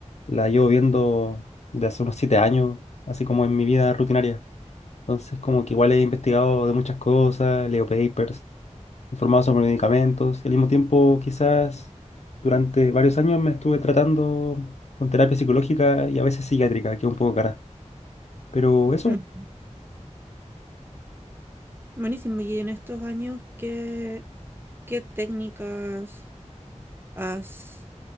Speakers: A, on the left (about 60°); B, on the right (about 20°).
A: la llevo viendo de hace unos siete años, así como en mi vida rutinaria. Entonces, como que igual he investigado de muchas cosas, leo papers, informado sobre medicamentos, y al mismo tiempo quizás durante varios años me estuve tratando con terapia psicológica y a veces psiquiátrica, que es un poco cara. Pero eso,
B: Mm. Buenísimo. Y en estos años, ¿qué, qué técnicas has